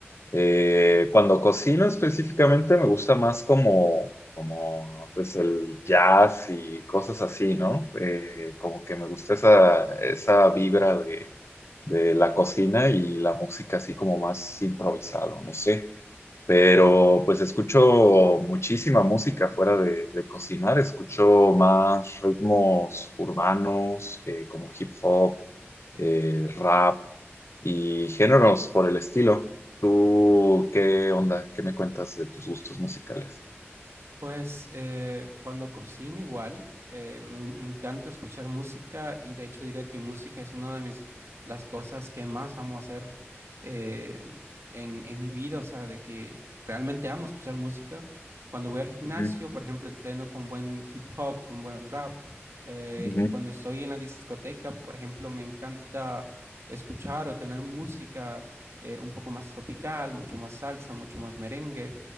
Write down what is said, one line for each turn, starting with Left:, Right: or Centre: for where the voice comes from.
Left: Eh, cuando cocino específicamente me gusta más como, como pues el jazz y cosas así, ¿no? Eh, como que me gusta esa, esa vibra de, de la cocina y la música así como más improvisado, no sé pero pues escucho muchísima música fuera de, de cocinar, escucho más ritmos urbanos eh, como hip hop, eh, rap y géneros por el estilo. ¿Tú qué onda? ¿Qué me cuentas de tus gustos musicales?
Right: Pues eh, cuando cocino igual, eh, me, me encanta escuchar música y de hecho diría que música es una de mis, las cosas que más amo hacer eh, en, en mi vida, o sea, de que realmente amo escuchar música. Cuando voy al gimnasio,
Left: Ujú,
Right: por ejemplo, entreno con buen hip hop, con buen rap, eh,
Left: ujú,
Right: y cuando estoy en la discoteca, por ejemplo, me encanta escuchar o tener música eh, un poco más tropical, mucho más salsa, mucho más merengue